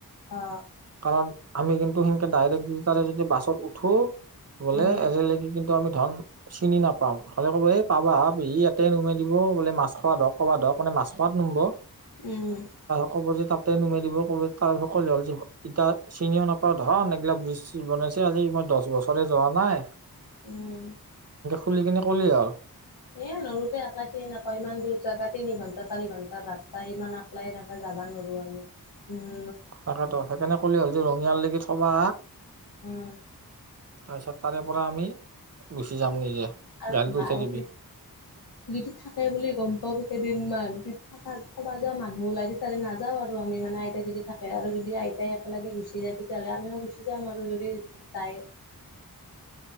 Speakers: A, on the left; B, on the right.
A: অ
B: কাৰণ আমি কিন্তু সেনকে ডাইৰেক্ট দুটাৰে যদি বাছত উঠো বোলে
A: উম
B: এজগি কিন্তু ধ চিনি নাপাও ধনে ক'ব এই পাবা ইয়াতে নমাই দিব মা। খোৱা হক কবাত ধক মানে মাছ খোৱাত নমব
A: উম
B: কব যে। তাতে নুমাই দিব ক'ব তাৰি সকল হ'ল যে এতিয়া চিনিও নাপাও ধৰা নগিলা ব্ৰিজ বনাইছে আজি ত মই দহ বছৰে যোৱা নাই।
A: উম।
B: কুলি কিননে কলিয় হ'ল।
A: এ নৰুতে আকলা চিনি নাপাওঁ ইমান দূৰ জাগা তিনি ঘণ্টা চাৰি ঘণ্টা ৰাস্তা ইমান আকলাই এনেকে য নোৱাৰো আমি উ
B: তাকেতো সেইকাৰণে কলে হ'ল যে ৰঙিয়াল লকি থবা
A: উম
B: তাৰপিছত তাৰে পৰা আমি গুচি যাম নিজে।
A: আৰু
B: গাড়ীটো
A: ম
B: উঠাই
A: আই
B: দিবি
A: যিটো থাকে বুলি গম পোৱা কেইদিনমান থ খবা যোৱা মানুহ ওলাই তেতিয়াহ'লে নাযাও আৰু আমি মানে আইতাই যদি থাকে আৰু যদি আই ই একেলগে গুচি যায় তেতিয়াহ'লে আমিও গুচি যাম আৰু যদি যায়।
B: <inaudible>